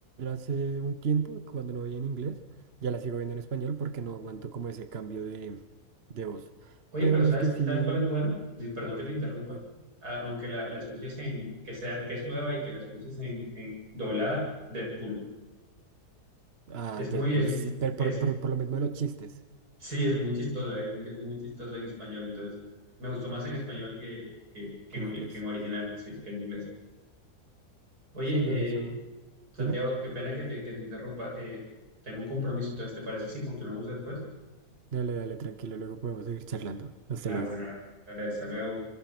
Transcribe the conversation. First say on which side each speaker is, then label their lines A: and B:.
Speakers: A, on the right; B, on the right.
A: hace un tiempo, cuando no veía en inglés, ya las sigo viendo en español porque no aguanto como ese cambio de, de voz.
B: Oye,
A: Pero
B: pero
A: las
B: ¿sabes,
A: que sí...
B: sabes cuál es buena? Di- Perdón que te interrumpa.
A: ¿cuál?
B: A- aunque la, la escuches en, que sea, que es nueva y que la escuches en, en doblada, Deadpool.
A: Ah,
B: Es
A: Deadpool,
B: muy, es,
A: sí, pero
B: es,
A: por, por, por lo mismo de los chistes
B: sí, es muy chistoso, es muy, es muy chistoso en español. Entonces, me gustó más en español que, que, que
A: que
B: en,
A: en inglés.
B: que en original, sí, que en inglés. Oye,
A: Sí, no,
B: eh,
A: eso...
B: Santiago,
A: Dime.
B: qué pena que te, que te interrumpa. Eh, tengo un compromiso, entonces, ¿te parece si continuamos después?
A: Dale, dale, tranquilo, luego podemos seguir charlando. Hasta
B: Ah,
A: luego.
B: bueno, dale, hasta luego.